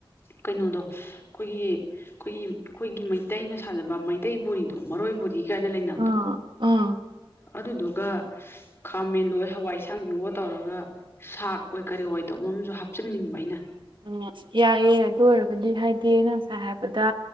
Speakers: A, on the left; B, on the right.
A: ꯀꯩꯅꯣꯗꯣ ꯑꯩꯈꯣꯏꯒꯤ ꯑꯩꯈꯣꯏꯒꯤ ꯑꯩꯈꯣꯏꯒꯤ ꯃꯩꯇꯩꯅ ꯁꯥꯖꯕ ꯃꯩꯇꯩ ꯕꯣꯔꯤꯗꯣ ꯃꯔꯣꯏ ꯕꯣꯔꯤ ꯀ ꯀꯥꯏꯅ ꯂꯩꯅꯕꯗꯣ
B: ꯑꯥ ꯑꯥ
A: ꯑꯗꯨꯗꯨꯒ ꯈꯥ ꯃꯦꯟꯂꯣꯏ ꯍꯋꯥꯏ ꯑꯥꯁꯥꯡꯕꯤꯑꯣ ꯌꯣꯠ ꯇꯧꯔꯒ ꯁꯥꯛ ꯑꯣꯏ ꯀꯔꯤ ꯑꯣꯏ ꯇꯧꯕꯝꯨ ꯍꯥꯞꯆꯤꯟꯅꯤꯡꯕ ꯑꯩꯅ
B: ꯎꯝ ꯌꯥꯏꯑꯌꯦ ꯑꯗꯨ ꯑꯣꯏꯔꯒꯗꯤ ꯍꯥꯏꯗꯤ ꯑꯩꯅ ꯉꯁꯥꯏ ꯍꯥꯏꯕꯗ